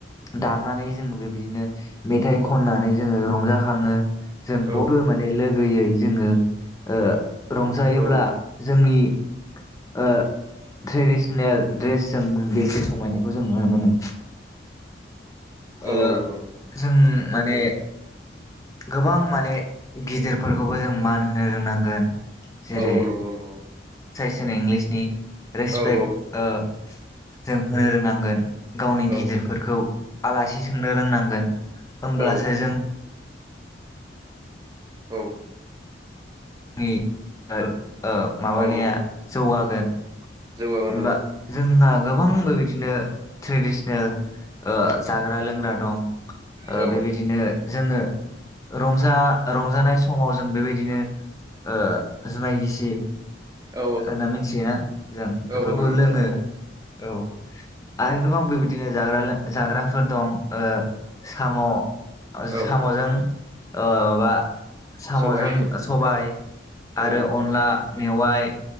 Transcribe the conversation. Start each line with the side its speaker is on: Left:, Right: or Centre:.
Left: दामनानै जों बेबायदिनो मेथाइ खननानै जोङो रंजाखाङो। जों बयबो
Right: औ
Left: माने लोगो गोयै जोङो ओ रं जायोब्ला
Right: औ
Left: जोंनि ओ ट्रेडिसनेल ड्रेसजों बेसे समायनायखौ जों नुनो मोनो। ओ
Right: औ औ नंगौ
Left: जों माने गोबां माने गिदिरफोरखौबो जों मान होनो रोंनांगोन। जेरै
Right: ओ औ नंगौ नंगौ।
Left: <unintelligible> इंलिसनि रेसपेक्ट
Right: औ औ
Left: ओ जों होनो रोंनांगोन। गावनि
Right: औ
Left: गिदिरफोरखौ आलासि सोंनो रोंनांगोन होमब्लासो
Right: औ
Left: जों।
Right: औ।
Left: <unintelligible> ओ माबानाया
Right: औ
Left: जौगागोन।
Right: जौगागोनां
Left: होमबा जोंहा। गोबांबो बिदिनो ट्रेडिसनेल ओ जाग्रा लोंग्रा दं। ओ
Right: औ
Left: बेबायदिनो जोङो। रंजा रंजानाय समाव जों बेबायदिनो ओ। जुमाय गिसि।
Right: औ
Left: होनना मिथियोना जों बेफोरखौ
Right: औ औ नंगौ
Left: लोङो
Right: नंगौ
Left: औ आरो। गोबां बेबायदिनो जाग्रा लों जाग्राफोर दं ओ साम।
Right: औ
Left: सामजों। <unintelligible> माबा । सामजों
Right: सबाय
Left: सबाय आरो
Right: औ
Left: अनला। मेवाय।